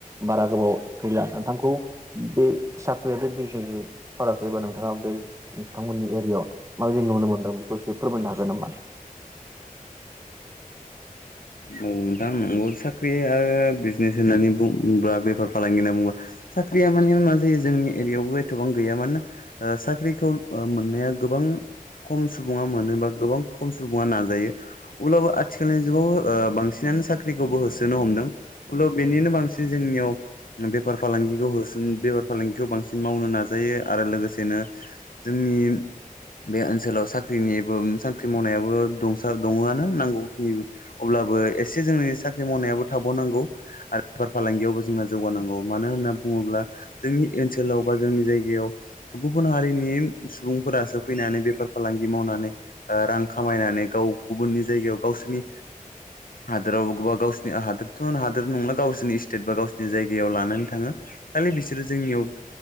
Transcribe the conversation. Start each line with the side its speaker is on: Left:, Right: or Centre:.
Right: बारा गोबाव गैला नोंथांखौ बे साख्रिया आरो बे बिजनेसनि फाराग एबा नोंथाङा बे नोंथांमोननि एरियायाव माबायदि नुनो मोनदों बेखौ एसे फोरमायनो हागोन नामा?
Left: औ नोंथां नंगौ साख्रि आरो बिजनेस होननानै बुङोबा बेफार फालांगि होनना बुङोबा साख्रिया माने मा जायो जोंनि एरियायावबो एथ'बां गैया मानोना साख्रिखौ मोननाया गोबां खम सुबुङा मोनो बा गोबां खम सुबुङा नाजायो। अब्लाबो आथिखालनि जुगाव ओ बांसिन नानो साख्रिखौबो होसोनो हमदों। अब्लाबो बेनिनो बांसिन जोंनियाव बेफार फालांगिखौ होसो बेफार फालांगिखौ बांसिन मावनो नाजायो आरो लोगोसेनो जों जोंनि बे ओनसोलाव साख्रिनि साख्रि मावनायाबो दंसा दङआनो होननांगौ <unintelligible> अब्लाबो एसे जोंनि साख्रि मावनायाबो थाबावनांगौ आरो बेफार फालांगियावबो जोंना जौगानांगौ। मानो होनना बुङोब्ला जोंनि ओनसोलाव बा जोंनि जायगायाव गुबुन हारिनि सुबुंफोरासो फैनानै बेफार फालांगि मावनानै ओ रां खामायनानै गाव गुबुननि जायगायाव गावसिनि <inaudible> हादोराव बा गावनि हादोरथ' हादोर नंला गावसिनि स्टेट बा गावसिनि जायगायाव लानानै थाङो। खालि बिसोरो जोंनियाव